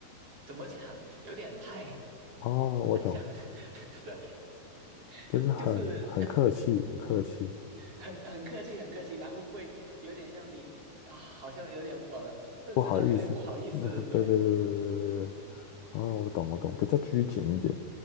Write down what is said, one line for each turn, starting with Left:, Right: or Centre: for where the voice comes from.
Right: 怎么讲，有点太
Left: 哦，我懂，
Right: 太像，<laughs> 对，
Left: 就是很很客气，
Right: 就就是
Left: 很客气，
Right: 很很客气，很客气，然后会有点让你啊，好像有点呃，甚至到有点不好意思，
Left: 不好意思。<laughs>
Right: 对，
Left: 对对对对对对对。哦，我懂我懂，比较拘谨一点。